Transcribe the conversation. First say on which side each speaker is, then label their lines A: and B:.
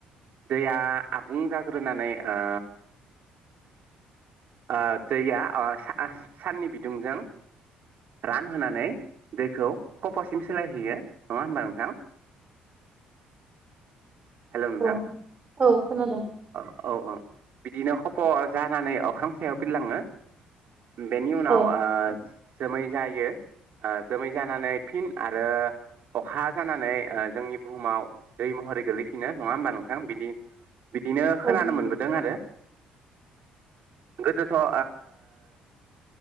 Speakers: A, on the right; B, on the right.
A: दैया आबुं जाग्रोनानै ओ ओ दैया साननि बिदुंजों, रानहोनानै दैखौ खफ'सिम सोलायहैयो नङा होमबा नोंथां
B: <inaudible>
A: हेल' नोंथां
B: औ औ खोनादों
A: औ औ औ बिदिनो खफ' जानानै अख्रां सायाव बिरलाङो बेनि उनाव
B: औ
A: ओ जोमै जायो जोमै जानानै फिन आरो अखा जानानै जोंनि बुहुमाव दै महरै गोलैफिनो नङा होमबा नोंथां बिदि बिदिनो
B: औ
A: खोनानो मोनबोदों आरो गोदोथ' ओ